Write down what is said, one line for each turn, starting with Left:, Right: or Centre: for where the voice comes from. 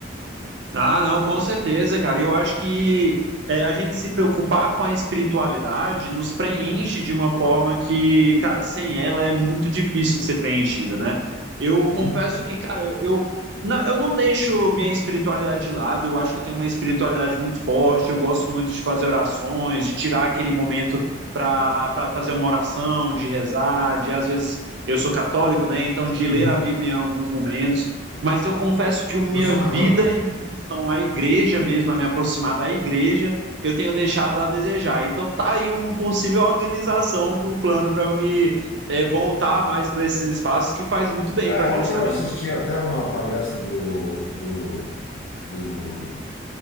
Right: Ah, não, com certeza, cara. E Eu acho que é, a gente se preocupar com a espiritualidade nos preenche de uma forma que, cara, sem ela é muito difícil de ser preenchida, né? Eu confesso
Left: Uhum.
Right: que, cara, eu, eu, na- eu não deixo minha espiritualidade de lado. Eu acho que eu tenho uma espiritualidade muito forte. Eu gosto muito de fazer orações, de tirar aquele momento para para fazer uma oração, de rezar, de às vezes eu sou católico, né? Então de
Left: Uhum.
Right: ler a Bíblia em alguns momentos mas eu confesso que a minha
Left: Eu sou
Right: vida
Left: católico também.
Right: em relação à igreja mesmo, a me aproximar da igreja, eu tenho deixado a desejar. Então tá aí uma possível organização para um plano para eu me é, voltar mais para esses espaços que faz muito bem
Left: É,
Right: para
Left: ontem
Right: a gente também.
Left: eu assisti até uma palestra do, do do.